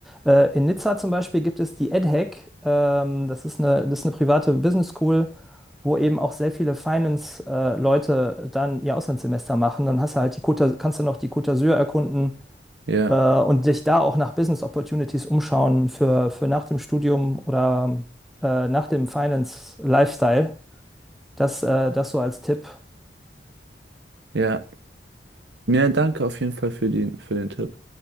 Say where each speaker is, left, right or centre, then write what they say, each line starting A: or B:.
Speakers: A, in the centre; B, on the right (about 80°).
A: Äh, in Nizza zum Beispiel gibt es die EdHec. Ähm, das ist eine, das ist eine private Business School, wo eben auch sehr viele Finance-Leute dann ihr Auslandssemester machen. Dann hast du halt die Côte, kannst du noch die Côte d'Azur erkunden
B: ja,
A: äh, und dich da auch nach Business Opportunities umschauen für, für nach dem Studium oder äh, nach dem Finance-Lifestyle. Das, äh, das so als Tipp.
B: ja. Ja, danke auf jeden Fall für die, für den Tipp.